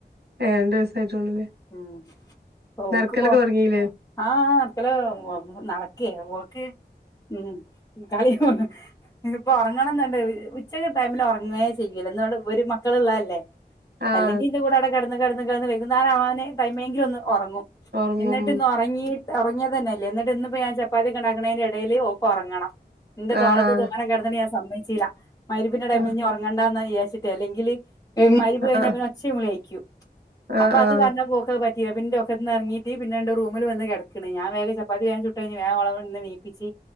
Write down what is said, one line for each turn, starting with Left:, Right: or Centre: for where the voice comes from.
Right: ഏ രണ്ട് വയസ്സായിട്ടുള്ളൂല്ലേ
Left: ഉം ഓക്ക്
Right: നടക്കലൊക്കെ
Left: ഇപ്പോ
Right: തൊടങ്ങീല്ലേ
Left: ആ നടക്കലൊക്കെ തുടങ്ങി നടക്കെ ഓക്ക് ഉം കളി ഇന്നിപ്പോ ഉറ ങ്ങണോന്നുണ്ട് ഉച്ചക്ക് ടൈമിൽ ഉറങ്ങുവേ ചെയ്യൂല <unintelligible> ഇവര് മക്കള് ഉള്ളതല്ലേ
Right: ആഹ്
Left: അല്ലെങ്കി എന്റെ കൂടെ അവിടെ കിടന്ന് കെട്ന്ന് കെട്ന്ന് വൈകുന്നെരാവാനെ ടൈമെങ്കിലും ഒന്ന് ഒറങ്ങു
Right: ഒറങ്ങും
Left: എന്നിട്ട്
Right: ഉം
Left: ഇന്ന് ഒർങ്ങീ ന്ന് ഒർങ്ങിയെതെന്നെ ഇല്ല്യ ഇന്നെട്ട് ഇന്ന് ഇപ്പം ഞാൻ ചപ്പാത്തി ഒക്കെ ഇണ്ടാക്ക്ണെന്റെ എടെല് ഓക്ക് ഒർങ്ങെണം ഇന്റെ
Right: ആഹ്
Left: തോളത്ത് തോനെ കെട്ന്ന്ട്ട് ഞാൻ സമ്മെയ്ച്ചീലാ മഹ്‌രിബിന്റെ ടൈമ്
Right: ആഹ്
Left: ഇഞ് ഒർങ്ങെണ്ടാന്നായ് ഈറട്ച്ച്ട്ടെയ് അല്ലെങ്കിൽ അയ് മഹ്‌രിബ് കഴിഞ്ഞാ
Right: ആഹ്
Left: പിന്നെ ഒച്ചിം വുളം ആയിക്യും
Right: ആഹ്
Left: അപ്പ
Right: ആഹ്
Left: അത് പർഞ്ഞെപ്പം ഓക്ക് അയ് പറ്റ് റ്റീലാ അപ്പ ഇന്റെ ഒക്കെ ന്ന് അറ്ങ്ങീറ്റ് പിന്നെ ഇണ്ട്റൂമിൽ വെന്ന് കെട് ക്ക്ണ് ഞാൻ വേഗം ചപ്പാത്തി വേം ചുട്ട് കഴിഞ്ഞ് വേം ഓളെ അയുട്ന്ന് നീപ്പിച്ച്